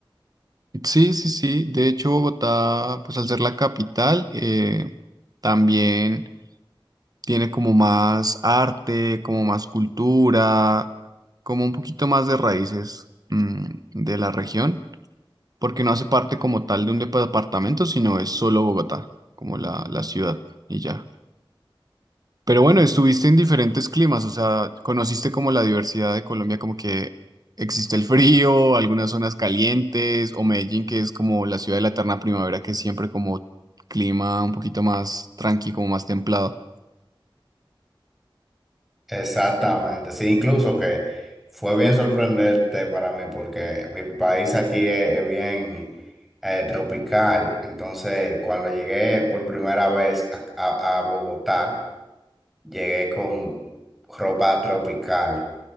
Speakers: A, on the right; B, in the centre.
A: Sí, sí, sí. De hecho, Bogotá, pues al ser la capital, eh, también tiene como más arte, como más cultura, como un poquito más de raíces, mm, de la región, porque no hace parte como tal de un departamento, sino es solo Bogotá, como la, la ciudad, y ya. Pero bueno, estuviste en diferentes climas, o sea, conociste como la diversidad de Colombia, como que existe el frío, algunas zonas calientes, o Medellín, que es como la ciudad de la eterna primavera, que es siempre como clima un poquito más tranqui, como más templado.
B: Exactamente, sí, incluso que fue bien sorprendente para mí porque mi país aquí es, es bien eh, tropical, entonces cuando llegué por primera vez a, a- a Bogotá, llegué con ropa tropical